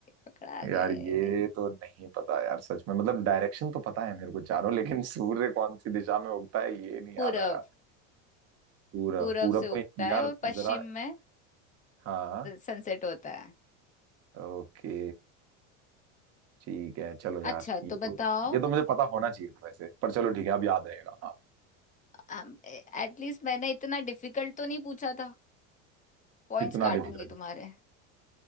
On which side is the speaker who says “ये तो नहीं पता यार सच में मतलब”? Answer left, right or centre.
Right